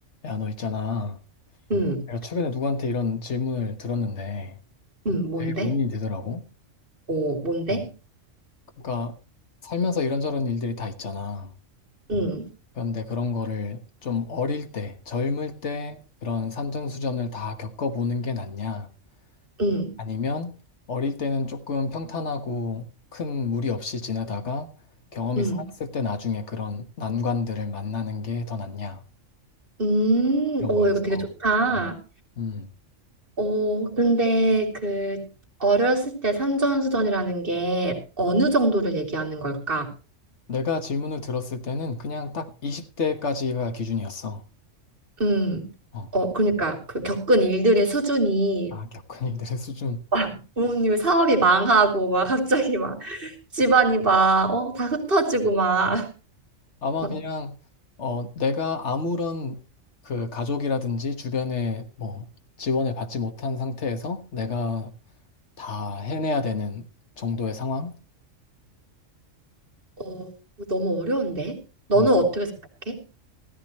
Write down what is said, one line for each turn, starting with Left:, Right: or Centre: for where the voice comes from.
Left: 야, 너 있잖아.
Right: 음,
Left: 내가 최근에 누구한테 이런 질문을 들었는데
Right: 음, 뭔데?
Left: 되게 고민이 되더라고.
Right: 오, 뭔데?
Left: 어, 그러니까 살면서 이런저런 일들이 다 있잖아.
Right: 음,
Left: 그런데 그런 거를 좀 어릴 때, 젊을 때 그런 산전수전을 다 겪어보는 게 낫냐?
Right: 음,
Left: 아니면 어릴 때는 조금 평탄하고 큰 무리 없이 지내다가 경험이
Right: 음,
Left: 쌓였을 때 나중에 그런 난관들을 만나는 게 더 낫냐?
Right: 음,
Left: 이런
Right: 오,
Left: 거였어.
Right: 이거 되게 좋다.
Left: 음.
Right: 오, 근데 그 어렸을 때 산전수전이라는 게 어느 정도를 얘기하는 걸까?
Left: 내가 질문을 들었을 때는 그냥 딱 20대까지가 기준이었어.
Right: 음,
Left: 어,
Right: 어, 그러니까 그 겪은 일들의 수준이
Left: 아, 격언이들의 수준.
Right: 막 부모님의 사업이 망하고 막 갑자기 막 집안이 막, 어, 다 흩어지고 막,
Left: 아마
Right: 막,
Left: 그냥 어, 내가 아무런 그 가족이라든지 주변에 뭐 지원을 받지 못한 상태에서 내가 다 해내야 되는 정도의 상황?
Right: 어, 너무 어려운데? 너는
Left: 그런 거.
Right: 어떻게 생각해?